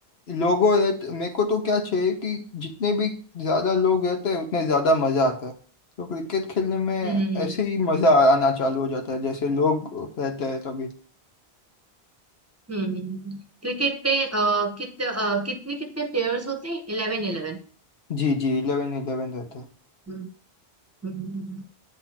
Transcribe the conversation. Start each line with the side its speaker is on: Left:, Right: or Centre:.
Left: लोगों रहते मेरे को तो क्या चाहिए कि जितने भी ज़्यादा लोग रहते हैं उतने ज़्यादा मज़ा आता है तो क्रिकेट खेलने में
Right: हम्म
Left: ऐसे ही मज़ा आना चालू हो जाता है जैसे लोग रहते हैं तभी
Right: हम्म हम्म, हम्म। क्रिकेट पे अ, कित अ, कितने कितने प्लेयर्स होते हैं Eleven eleven
Left: जी जी इलेवन इलेवन रहता है
Right: हम्म हम्म।